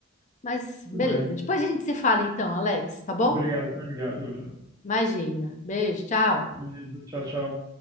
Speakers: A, on the left (about 35°); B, on the right (about 20°).
A: Mas
B: Tudo
A: beleza.
B: bem.
A: Depois a gente se fala então, Alex, tá bom?
B: Obrigado por ligar, viu?
A: Imagina. Beijo, tchau.
B: Beleza. Tchau, tchau.